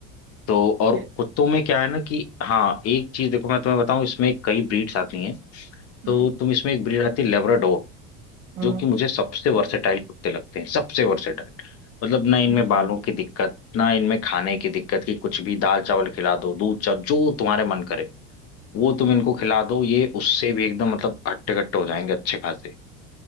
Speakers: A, on the left (about 40°); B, on the right (about 35°).
A: तो और
B: ये
A: कुत्तों में क्या है ना कि हाँ एक चीज देखो मैं तुम्हें बताऊं इसमें कई ब्रीड्स आती हैं
B: हम्म
A: तो तुम इसमें एक ब्रीड आती है लेब्राडोर
B: हाँ
A: जो कि मुझे सबसे वर्सेटाइल कुत्ते लगते हैं सबसे वर्सेटाइल मतलब ना इनमें
B: ठीक
A: बालों
B: है
A: की दिक्कत ना इनमें खाने की दिक्कत कि कुछ भी दाल चावल खिला दो दूध चावल जो तुम्हारे मन करे वो तुम इनको खिला दो ये उससे भी एकदम मतलब हट्टे कट्टे हो जाएंगे अच्छे खासे